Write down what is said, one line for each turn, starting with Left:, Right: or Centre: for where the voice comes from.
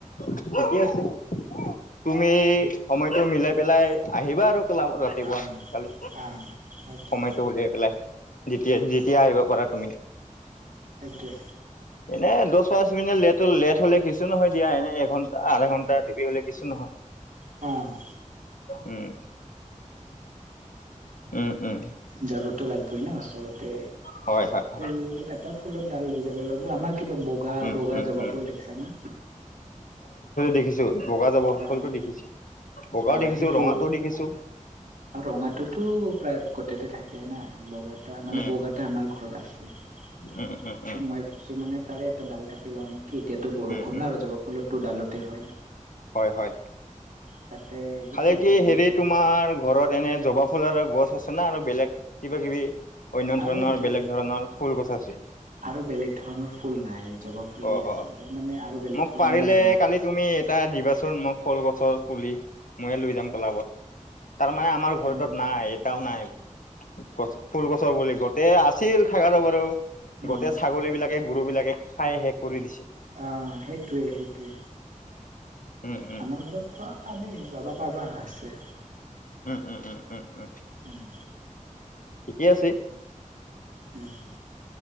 Left: থিকেই আছে তুমি সময়টো মিলাই পেলাই আহিবা আৰু। ক্লাবত ৰাতিপুৱা
Right: অঁ
Left: কালি।
Right: অঁ সেইটোৱে
Left: সময়তটো উলিয়াই পেলাই যেতিয়া-যেতিয়া
Right: অঁ
Left: আহিব পাৰা তুমি।
Right: সেইটোৱে
Left: এনে দচ, পাঁচ মিনিট লেট-লেট হ'লে কিছু নহয় দিয়া এনে এঘন্টা আধা ঘণ্টা দেৰি হলে কিছু নহয়।
Right: অ',
Left: উম-উম-উম,
Right: যাবতো লাগিবই না ওচৰতে
Left: হয়, হয়, হয়,
Right: ফুল এটা ফুলত ডাল লৈ যাব লাগিব আমাক কিবা বগা-বগা
Left: উম, উম,
Right: জবা
Left: উম।
Right: ফুল দেখছা না।
Left: দেখিছো বগা জাবৰ
Right: অঁ
Left: ফলটো দেখিছো বগাও
Right: অঁ
Left: দেখিছো
Right: সেইটো
Left: ৰঙাটোও দেখিছো।
Right: আৰু ৰঙাটোতো প্ৰায় গোতেটো থাকে। না বগাটা মানে
Left: উম,
Right: বগাটা আমাৰ ঘৰত আছে। ত'
Left: উম, উম, উম,
Right: মই ভাবছো মানে তাৰে এটা ডাল কাটি লও নেকি এতিয়াতো বৰষুণ
Left: উম,
Right: না আৰু জবা ফুলত তোৰ ডালত। তে হয়।
Left: হয়-হয়।
Right: তাতে সেইটো
Left: খালে
Right: এটা
Left: কি
Right: লৈ
Left: হেৰি
Right: যাব
Left: তোমাৰ ঘৰত এনে জবা ফুলাৰ গছ আছে না আৰু বেলেগ কিবা কিবি অন্য
Right: আৰু
Left: ধৰণৰ
Right: বেল
Left: বেলেগ ধৰণৰ ফুল গছ আছে
Right: আৰু বেলেগ ধৰণৰ ফুল নাই জবা ফুলেই
Left: অ
Right: আছে
Left: অ
Right: তাৰমানে আৰু বেলেগ
Left: মোক
Right: ধৰণৰ
Left: পাৰিলে
Right: মানে জ্ঞান
Left: কালি তুমি এটা দিবাচোন মই ফল কৰ ওচৰত পুলি ময়ে লৈ যাম ক্লাবত তাৰমানে আমাৰ ঘৰৰতত
Right: অ'
Left: নাই এটাও নাই গছ ফুল গছৰ বুলি গোটেই আছিল খাগা বাৰু
Right: উম।
Left: গোটেই ছাগলী বিলাকে গৰু বিলাকে খাই শেষ কৰি দিছে
Right: অ সেইটোৱে সেইটোৱে
Left: উম উম
Right: আমাৰ ঘৰত ত পাবি ল'বা পাবা আছে
Left: উম উম উম উম উম
Right: উম
Left: ঠিকেই আছে
Right: উম